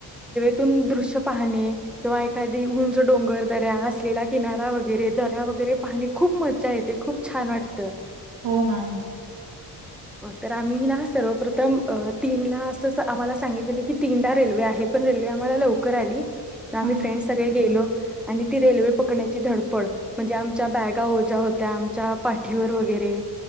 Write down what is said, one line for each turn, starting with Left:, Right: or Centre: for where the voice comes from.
Centre: तुम दृश्य पाहने किंवा एखादी उंच डोंगर, दऱ्या असलेला किनारा, वगैरे दर वैगेरे पाहने खूप मजा येते, खूप छान छान वाटतं.
Right: हो मॅम.
Centre: तर आम्ही ना सर्वप्रथम अ तीनला असस आम्हाला सांगितलेलं की तीनला रेल्वे आहे, पण रेल्वे आम्हाला लवकर आली, आम्ही
Right: हां
Centre: फ्रेंड सगळे गेलो आणि ती रेल्वे पकडण्याची धडपड म्हणजे आमच्या बॅगा ओझ्या होत्या आमच्या पाठीवर वगैरे,